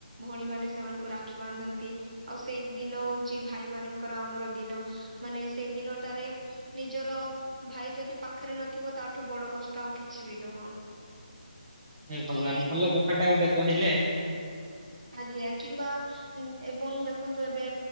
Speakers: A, on the right; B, on the right.
A: ଭଉଣୀମାନେ ସେମାନଙ୍କୁ ରାକ୍ଷୀ ବାନ୍ଧନ୍ତି। ଆଉ ସେଇ ଦିନ ହଉଛି ଭାଇ ମାନଙ୍କର ଆମର ଦିନ ମାନେ ସେଇ ଦିନଟାରେ ନିଜର ଭାଇ ଯଦି ପାଖରେ ନଥିବ, ତାଠୁ ବଡ କଷ୍ଟ ଆଉ କିଛି ବି ନୁହଁ। <inaudible>
B: ହେ ଭଗବାନ,
A: କି
B: ଭଲ କଥା ଟା ଗୋଟେ କହିଲେ।
A: ଆଜ୍ଞା କିମ୍ବା ଏବଂ ଦେଖନ୍ତୁ ଏବେ